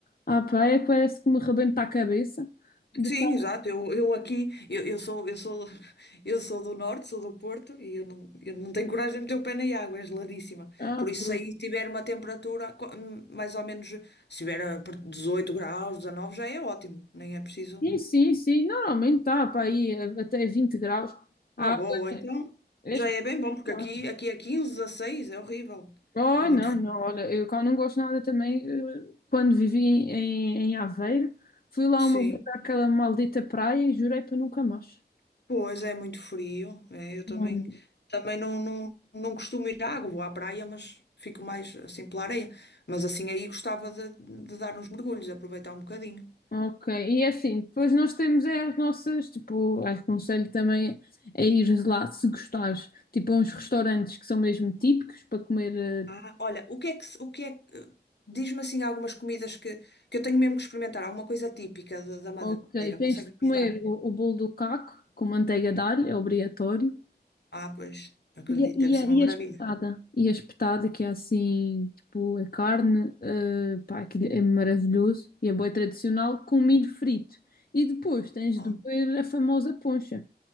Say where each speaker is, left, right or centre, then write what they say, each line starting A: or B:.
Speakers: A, on the left; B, on the left.
A: à praia, parece que me rebenta a cabeça. De...
B: Sim,
A: estar-
B: exato. Eu, eu aqui, eu, eu sou, eu sou, <laughs> eu sou do norte, sou do Porto e eu não, eu não tenho coragem de meter o pé na água, é geladíssima.
A: Ah,
B: Por isso,
A: pois.
B: se aí tiver uma temperatura co- hum, mais ou menos, se tiver a per- 18 graus, 19, já é ótimo. Nem é preciso.
A: Sim, sim, sim. Normalmente está para aí eh, até 20 graus. A
B: Ah, boa,
A: água é
B: então
A: é
B: já
A: espetacular.
B: é bem bom, porque aqui, aqui é 15, 16, é horrível.
A: Oh,
B: É muito
A: não,
B: frio.
A: não. Olha, eu cá não gosto nada também. eh, Quando vivi em, em, em Aveiro, fui lá
B: Sim,
A: uma vez àquela maldita praia e jurei para nunca mais.
B: pois é muito frio. É, eu também,
A: Não.
B: também não, não, não costumo ir à água, vou à praia, mas fico mais assim pela areia. Mas assim aí gostava de, de dar uns mergulhos, aproveitar um bocadinho.
A: Ok, e é assim, depois nós temos é as nossas, tipo, aconselho também a ir lá se gostares, tipo, a uns restaurantes que são mesmo típicos para comer. eh,
B: Ah, olha, o que é que, se- o que é que, diz-me assim algumas comidas que, que eu tenho mesmo que experimentar, alguma coisa típica da da Madeira,
A: Ok, tens
B: consegues-me
A: de comer
B: ajudar?
A: o, o bolo do caco com manteiga de alho, é obrigatório.
B: Ah, pois, acredito,
A: E a, e
B: deve ser
A: a-
B: uma
A: e
B: maravilha.
A: a espetada? E a espetada que é assim, tipo, a carne, eh, pá, aquilo é maravilhoso e é bué tradicional com milho frito. E depois tens
B: Ah.
A: de beber a famosa poncha.